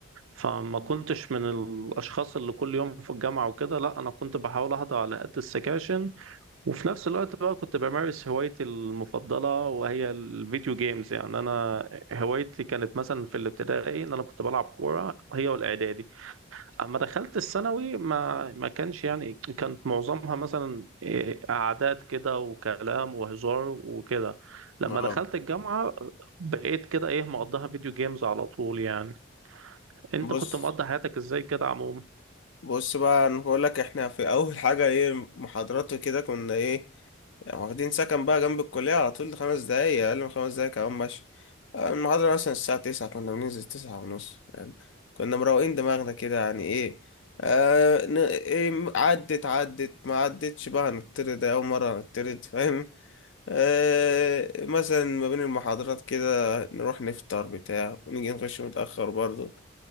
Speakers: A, on the right; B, on the left.
A: فما كنتش من الاشخاص اللي كل يوم في الجامعة وكده لا انا كنت بحاول احضر على قد السكاشن وفي نفس الوقت بقى كنت بمارس هوايتي المفضلة وهي الفيديو جيمز يعني أنا هوايتي كانت مثلا في الابتدائي إن أنا كنت بلعب كورة هي والإعدادي أما دخلت الثانوي ما ما كانش يعني كانت معظمها مثلا إيه، قعدات كده وكلام وهزار وكده لما
B: اه
A: دخلت الجامعة بقيت كده إيه مقضيها فيديو جيمز على طول يعني أنت
B: بص
A: كنت مقضي حياتك إزاي كده عموما؟
B: بص بقى انا بقول لك احنا في اول حاجه ايه محاضرات وكده كنا ايه يعني واخدين سكن بقى جنب الكليه على طول خمس دقايق اقل من خمس دقايق كمان ماشي آه، المحاضره مثلا الساعه 9 كنا بننزل 9 ونص يعني كنا مروقين دماغنا كده يعني ايه آه ن- إيه عدت عدت ما عدتش بقى هنطرد أول مرة هنطرد فاهم آه مثلا ما بين المحاضرات كده نروح نفطر بتاع ونيجي نخش متأخر برضه